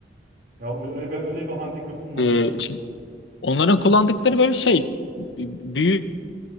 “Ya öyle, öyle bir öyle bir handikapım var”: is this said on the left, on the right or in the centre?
Right